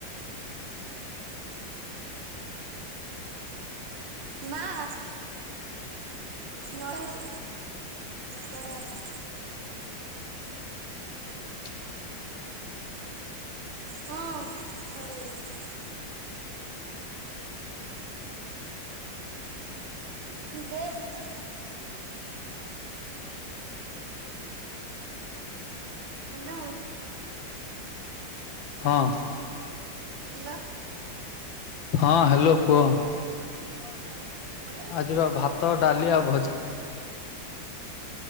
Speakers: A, on the right (about 75°); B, on the left (about 80°).
A: ମା। ନଡି ଆବାଡି ବଡ ବାପା।
B: <inaudible>
A: ହଁ ଛଡେଇଦେ। ଦେ ମୁଁ କଥା ହାଲୋ।
B: ହଁ।
A: ହ୍ୟାଲୋ
B: ହଁ ହାଲୋ କୁହ।
A: ନଡିଆ ହେଇକି ଆ
B: ଆଜିର ଭାତ ଡାଲି ଆଉ ଭଜ୍